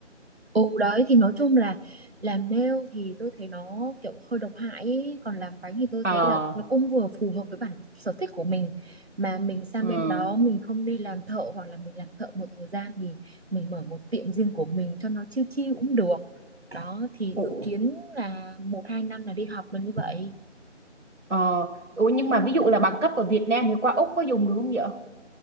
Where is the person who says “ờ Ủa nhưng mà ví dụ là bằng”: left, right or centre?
Right